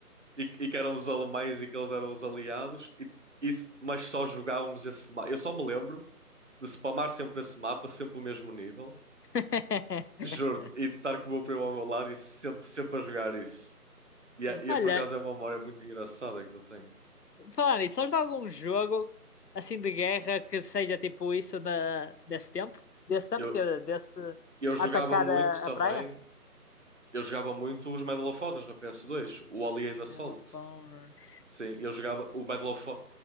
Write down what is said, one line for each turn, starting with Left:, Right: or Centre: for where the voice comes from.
Right: e, que- e que éramos os alemães e que eles eram os aliados, e, e se- mas só jogávamos esse mapa. Eu só me lembro de spamar sempre esse mapa, sempre o mesmo nível,
Left: <laughs>
Right: juro, e de estar com o meu primo ao meu lado e sempre, sempre a jogar isso. E é, e
Left: Olha,
Right: é por acaso é uma memória muito engraçada que eu tenho.
Left: falar nisso, sabes de algum jogo assim de guerra que seja tipo isso na, desse tempo? Desse tempo,
Right: Eu,
Left: quer dizer, desse
Right: eu jogava
Left: atacar
Right: muito
Left: a,
Right: também,
Left: a praia?
Right: eu jogava muito os Medal of Honors na PS2, o Allied Assault.
Left: Megafonos.
Right: Sim, eu jogava o Medal of Honor.